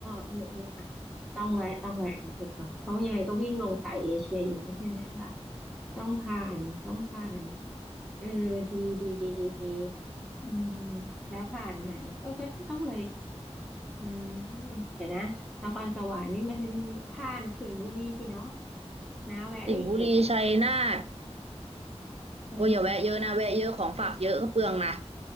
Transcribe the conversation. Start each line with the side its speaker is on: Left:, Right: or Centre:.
Centre: เออเอออ่ะ ต้องแวะต้องแวะเดี๋ยวจดก่อนเพราะยังไงก็วิ่งลงสายเอเชียอยู่แล้วใช่ไหมล่ะต้องผ่านต้องผ่านเออดีดีดีดีดีอืมแล้วผ่านไหนเออก็ต้องเลยอืมเดี๋ยวนะนครสวรรค์วิ่งมาทางนี้ผ่านสิงห์บุรีสิเนาะนะแวะได้อีกจุดป่ะ
Right: สิงห์บุรีชัยนาท
Centre: เออ
Right: โอ้ยอย่าแวะเยอะนะแวะเยอะของฝากเยอะก็เปลืองนะ